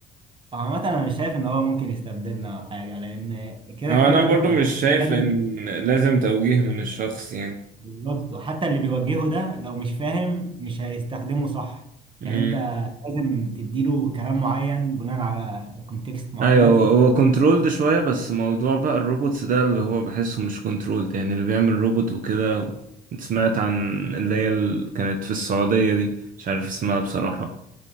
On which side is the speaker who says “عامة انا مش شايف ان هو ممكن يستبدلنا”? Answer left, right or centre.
Right